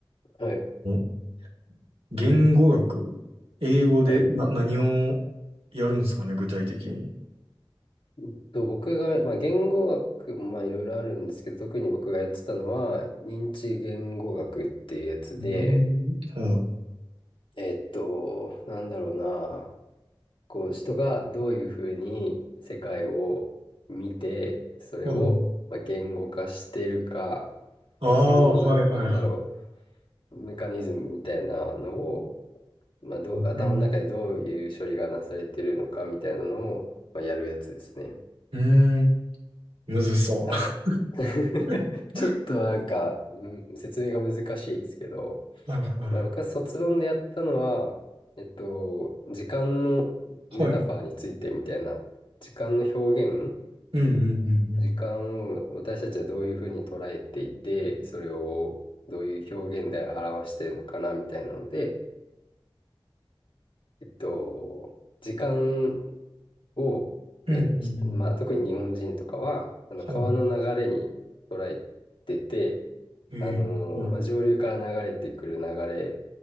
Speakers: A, on the left (about 65°); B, on the right (about 85°).
A: はい。
B: ん言語学、英語でな、
A: はい。
B: 何をやるんですかね、具体的に。
A: えっと、僕が、まあ、言語学、まあ、いろいろあるんですけど、特に僕がやってたのは、認知言語学っていうやつで、
B: うん。はい。
A: えっと、なんだろうな、こう、人がどういうふうに世界を見て、それを、
B: はい。
A: まあ、言語化しているか、
B: ああ、
A: で、その、
B: はいはいはい。
A: なん、なんだろう、メカニズムみたいなのを、まあ、どう、
B: うん。
A: 頭の中でどういう処理がなされてるのかみたいなのを、まあ、やるやつですね。
B: うーん、むずそう。
A: はい。<laughs>
B: <laughs>
A: ちょっとなんか、うん説明が難しいですけど、
B: はいはいは
A: まあ、僕は卒論でやったのは、えっと、時間のメタファーについてみたいな、
B: い。
A: 時間の表現、
B: うんうんうんうん。
A: 時間を私たちはどういうふうに捉えていて、それをどういう表現で表しているのかなみたいなので、えっと、時間を、
B: うんうんうん。
A: がひまあ、特に日本人とかは、あの川の流れに捉えてて、
B: はい。ええ、
A: あのーまあ、
B: はい。
A: 上流から流れてくる流れ